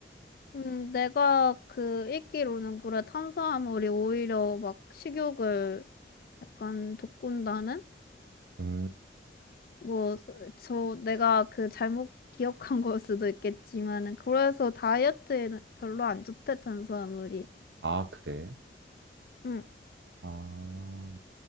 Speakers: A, on the left (about 55°); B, on the right (about 75°).
A: 음, 내가 그 읽기로는 그래. 탄수화물이 오히려 막 식욕을 약간 돋군다는?
B: 음,
A: 뭐, 저, 내가 그 잘못 기억한 걸 수도 있겠지만은, 그래서 다이어트에는 별로 안 좋대, 탄수화물이.
B: 아, 그래?
A: 응,
B: 아,